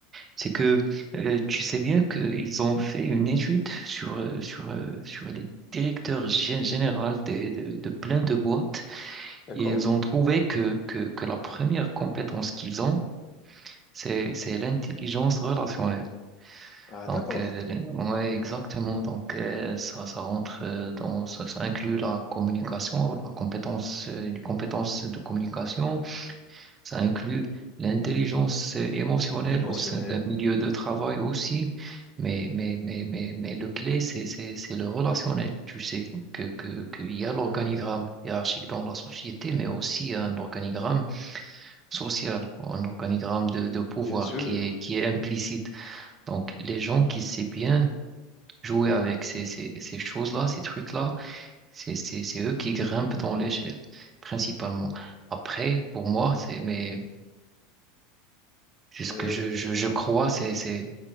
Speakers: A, on the right; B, on the left.
A: c'est que euh, tu sais bien qu'ils ont fait une étude sur euh, sur euh, sur les directeurs gé- généraux des- de, de plein de boîtes
B: D'accord?
A: Ils ont trouvé que, que, que la première compétence qu'ils ont, c'est, c'est l'intelligence relationnelle.
B: Ah,
A: Donc,
B: d'accord.
A: euh, l'in- ouais, exactement. Donc, euh, ça, ça rentre euh, dans, ça, ça inclut la communication, la compétence, euh, les compétences de communication. Ça inclut l'intelligence euh, émotionnelle
B: Émotionnel,
A: au sein d'un milieu de travail aussi. Mais, mais, mais, mais, mais le clé, c'est, c'est, c'est le relationnel. Tu sais que, que, qu'il y a l'organigramme hiérarchique dans la société, mais aussi un organigramme social, un organigramme de, de pouvoir
B: bien sûr.
A: qui est, qui est implicite. Donc, les gens qui savent bien jouer avec ces, ces, ces choses-là, ces trucs-là, c'est, c'est, c'est eux qui grimpent dans l'échelle, principalement. Après, pour moi, c'est, mais, c'est
B: Oui,
A: ce que
B: exactement.
A: je, je, je crois, c'est, c'est,